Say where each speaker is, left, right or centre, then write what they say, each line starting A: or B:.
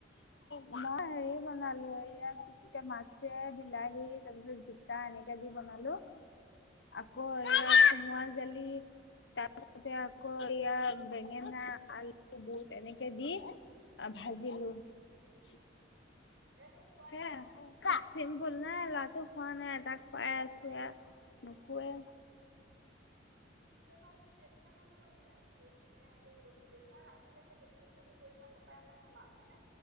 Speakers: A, on the left; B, on the right.
A: মই হেৰি বনালো এয়া কি মাছে, বিলাহী তাৰ পিছত জিকা এনেকে দি বনালো। আকৌ আৰু
B: অ
A: কোমোৰা দালি তাৰপিছতে আকৌ এইযা বেঙেনা, আলু, বুট এনেকে দি ভাজিলো। <inaudible>
B: এইটো শুৱাই
A: সেয়া
B: নাই।
A: চিম্পুল নাই লৰাতু শুৱা নাই তাক শুৱাই আছো নোশুৱে
B: উি এইটো কাৰণেতো এই হেৰি খিনাই কৰি গৈছগে ইমান ৰাতিলৈকে টোপনি খতি কৰিব নাপায় নহয় মানুহে